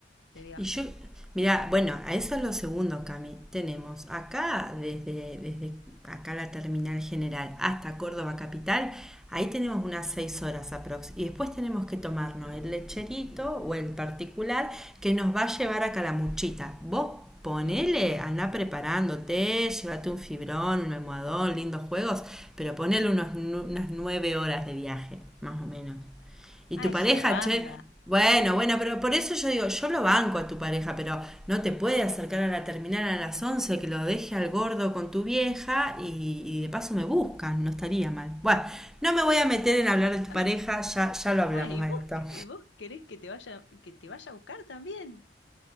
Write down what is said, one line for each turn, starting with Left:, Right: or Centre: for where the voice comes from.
Left: de viaje.
Centre: Y yo, mira, bueno, a eso es lo segundo, Cami. Tenemos acá, desde, desde acá la terminal general hasta Córdoba capital, ahí tenemos unas seis horas aprox. Y después tenemos que tomarnos el lecherito o el particular que nos va a llevar a Calamuchita. Vos ponele,
Left: ¿Mm?
Centre: anda preparándote, llévate un fibrón, un almohadón, lindos juegos, pero ponele unos, nu- unas nueve horas de viaje, más o menos. Y
Left: Ah,
Centre: tu pareja,
Left: es una banda.
Centre: che, bueno, bueno, pero por eso yo digo, yo lo banco a tu pareja, pero no te puede acercar a la terminal a las 11 que lo deje al gordo con tu vieja y, y de paso me buscan, no estaría mal. Bueno, no me voy a meter en hablar de
Left: <laughs>
Centre: tu pareja,
Left: Ah,
Centre: ya, ya lo hablamos
Left: ah, ¿y
Centre: a
Left: vos,
Centre: esto.
Left: que- y vos querés que te vaya, que te vaya a buscar también?